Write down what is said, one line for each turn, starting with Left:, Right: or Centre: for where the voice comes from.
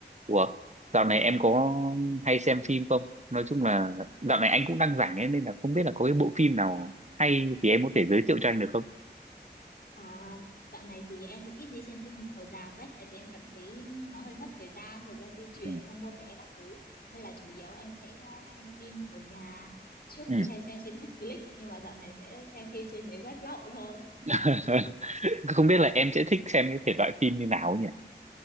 Right: Ủa, dạo này em có hay xem phim không? Nói chung là dạo này anh cũng đang rảnh ấy, nên là không biết là có cái bộ phim nào hay thì em có thể giới thiệu cho anh được không?
Left: À, dạo này thì em cũng ít đi xem phim ở rạp ấy, tại vì em cảm thấy nó hơi mất thời gian, thời gian di chuyển,
Right: Ừ.
Left: không mua vé các thứ. Nên là chủ yếu em sẽ ờ, xem phim ở nhà. Trước
Right: Ừ.
Left: thì hay xem trên <laughs> Netflix, nhưng mà dạo này sẽ xem phim trên mấy web lậu thôi.
Right: <laughs> Không biết là em sẽ thích xem cái thể loại phim như nào ấy nhỉ?